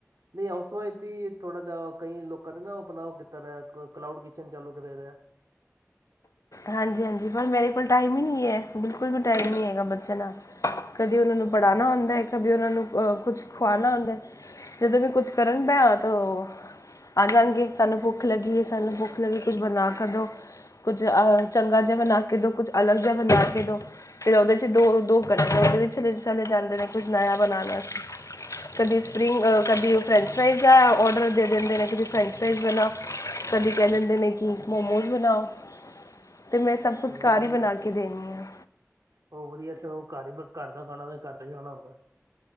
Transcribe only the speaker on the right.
ਨਹੀਂ, ਹਾਊਸ ਵਾਈਫ ਵੀ ਥੋੜਾ ਜਿਹਾ ਕਈ ਲੋਕਾਂ ਨੇ ਨਾ ਆਪਣਾ ਉਹ ਕੀਤਾ ਦਾ ਐ, ਕਲਾਊਡ ਕਿਚਨ ਚਾਲੂ ਕੀਤਾ ਦੇਯਾ ਐ।
ਅ
ਚਲੋ
ਵਧੀਆ
ਉਹ ਵਧੀਆ, ਇੱ ਉਹ ਘਰ ਹੀ ਘਰ ਦਾ ਖਾਣਾ, ਤੇ ਘਰ ਦਾ ਹੀ ਖਾਣਾ ਹੁੰਦਾ।